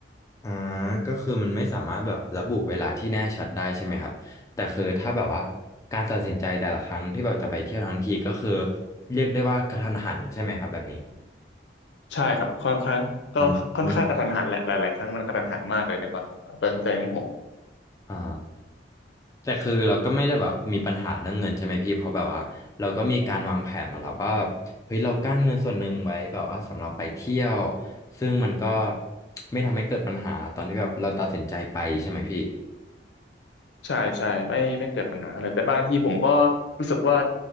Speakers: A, on the left (about 20°); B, on the left (about 75°).
A: อ่าก็คือมันไม่สามารถแบบระบุเวลาที่แน่ชัดได้ใช่ไหมครับ แต่คือถ้าแบบว่าการตัดสินใจแต่ละครั้งที่แบบจะไปเที่ยวทั้งทีก็คือเรียกได้ว่ากระทันหันใช่ไหมครับแบบนี้
B: ใช่ครับค่อนข้างก็ค่อนข้างกระทันหันแหละหลายๆครั้งมันกระทันหันมากเลยนะครับตัดสินใจของผม
A: อืมอมอ๋อแต่คือเราก็ไม่ได้แบบมีปัญหาเรื่องเงินใช่ไหมพี่ เพราะแบบว่าเราก็มีการวางแผนมาแล้วว่าเฮ้ยเรากั้นเงินส่วนหนึ่งไว้แบบว่าสำหรับไปเที่ยวซึ่งมันก็ไม่ทำให้เกิดปัญหาตอนที่แบบเราตัดสินใจไปใช่ไหมพี่
B: ใช่ใช่ไม่ไม่เกิดปัญหาเท่าไหร่แต่บางทีผมก็รู้สึกว่า